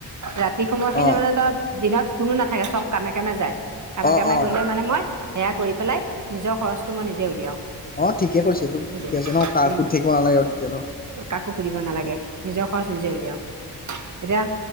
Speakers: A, on the right; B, on the left.
A: ৰাতি সময়খিনি
B: অঁ
A: মানে ধ দিনত কোনো নাথাকে চব কামে কামে যায় কামে
B: অঁ
A: কামে
B: অঁ
A: গলে মানে মই সেয়া কৰি পেলাই নিজৰ খৰচটো মই নিজে উলিয়াও
B: অ ঠিকে কৰিছে এইটো
A: বুজিলি
B: ঠিকে আছে ন কাকো
A: উম
B: সুধি থাকিব নালাগে ন
A: কাকো সুধিব নালাগে নিজৰ খৰচ নিজে উলিয়াও এতিয়া